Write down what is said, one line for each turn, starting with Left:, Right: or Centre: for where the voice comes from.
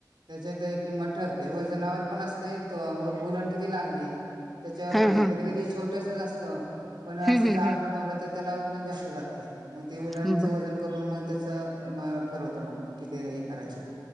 Right: त्याच्यात किंमत ठरते व वजनावर पण असते त उलण किती लागली त्याच्यावर
Centre: हा
Right: पण आहे
Centre: हा
Right: कधी कधी छोटस असतं पण असं
Centre: हम्म
Right: जाड
Centre: हम्म
Right: बनवलं तर त्यालाल जास्त जाते मग ते उलाचं
Centre: हम्म
Right: वन करून मग त्याच म ठरवतो मग किती हे करायचं